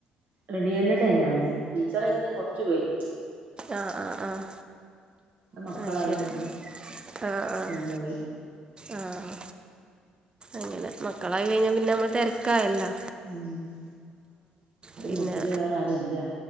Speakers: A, on the right; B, on the right.
A: റെടിയല്ല്ടായിന് ഞാന് ടീച്ചറയിട്ട് കൊർച്ചു പോയി.
B: ആഹ് ആഹ് ആഹ്
A: മക്കളായി
B: അഹ്ശരി
A: പിന്നെ
B: ആഹ് ആഹ്
A: നിന്നോയി
B: ആഹ് അങ്ങനെ മക്കളായി കഴിഞ്ഞാൽ പിന്നെ നമ്മള് തെരക്കായല്ലോ.
A: ഉം
B: പിന്നെ
A: വീട്ടില് വേറെ ആരും ഇല്ല.